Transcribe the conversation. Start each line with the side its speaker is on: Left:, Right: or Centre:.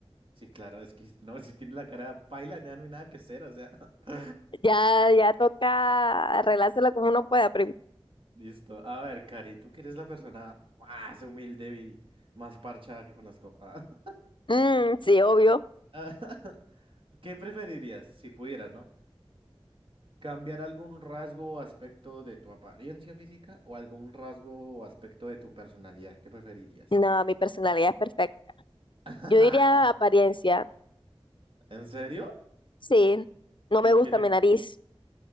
Right: Sí, claro, es que no, si tienes la cara paila, ya no hay nada que hacer, o sea. <laughs>
Left: Ya, ya toca arreglárselo como uno pueda, pero
Right: Listo. A ver, Cari, tú que eres la persona más humilde y más parchada que conozco. <laughs>
Left: mm, sí, obvio.
Right: Ah. <laughs> ¿Qué preferirías si pudieras, no? cambiar algún rasgo o aspecto de tu apariencia física o algún rasgo o aspecto de tu personalidad. ¿Qué preferirías?
Left: No, mi personalidad es perfecta.
Right: <laughs>
Left: Yo diría apariencia.
Right: ¿En serio?
Left: Sí, no
Right: ¿Y
Left: me gusta
Right: qué te...
Left: mi nariz.